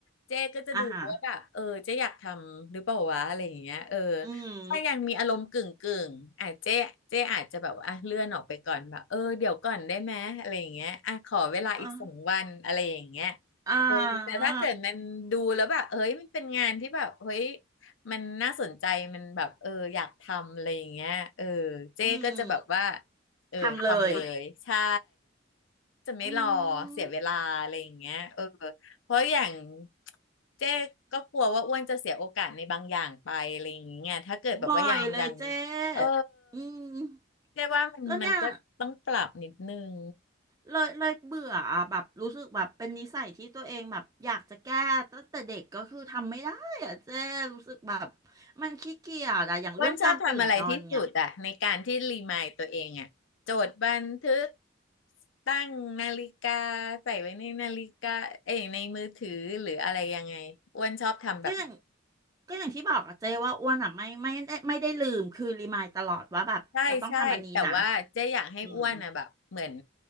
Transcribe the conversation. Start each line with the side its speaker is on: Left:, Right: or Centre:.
Left: เจ๊ก็จะดูว่าแบบเออเจ๊อยากทำหรือเปล่าวะอะไรอย่างเงี้ยเออ
Right: ่าฮะอืม
Left: ถ้ายังมีอารมณ์กึ่งกึ่งอ่ะเจ๊เจ๊อาจจะแบบว่าอ่ะเลื่อนออกไปก่อนแบบเออเดี๋ยวก่อนได้ไหมอะไรอย่างเงี้ยอ่ะขอเวลาอีกสองวันอะไรอย่างเงี้ย
Right: อ่าอ่า
Left: เออแต่ถ้าเกิดมันดูแล้วแบบเฮ้ยมันเป็นงานที่แบบเฮ้ยมันน่าสนใจมันแบบเอออยากทำอะไรอย่างเงี้ยเออเจ๊ก็จะแบบว่า
Right: อืม
Left: เออทำเลไมยใช่
Right: ทำเลย
Left: จะไม่รอเสียเวลาอะไรอย่างเงี้ยเออ
Right: อืม
Left: เพราะอย่างเจ๊ก็กลัวว่าอ้วนจะเสียโอกาสในบางอย่างไปอะไรอย่างเงี้ยถ้าเกิดแบบว่ายัง
Right: บ่อยเลยเจ๊
Left: <gasps> ยังเออ
Right: อืม
Left: เจ๊ว่ามันมันก็ต้องปรับนิดนึง
Right: ก็เนี่ยเลยเลยเบื่ออะแบบรู้สึกแบบเป็นนิสัยที่ตัวเองแบบอยากจะแก้ตั้งแต่เด็กก็คือทำไม่ได้อะเจ๊รู้สึกแบบมันขี้เกียจอะอย่างเรื่องการตื่นนอนเนี่ย
Left: อ้วนชอบทำอะไรที่สุดอะในการที่รีมายตัวเองอะจดบันทึกตั้งนาฬิกาใส่ไว้ในนาฬิกาเอ้ยในมือถือหรืออะไรยังไงอ้วนชอบทำแบบ
Right: ก็อย่างก็อย่างที่บอกอะเจ๊ว่าอ้วนอะไม่ไม่ได้ไม่ได้ลืมคือรีมายตลอดว่าแบบจะต้องทำอันนี้นะ
Left: ใช่ใช่แต่ว่าเจ๊อยากให้อ้วนนะแบบเหมือน
Right: อืม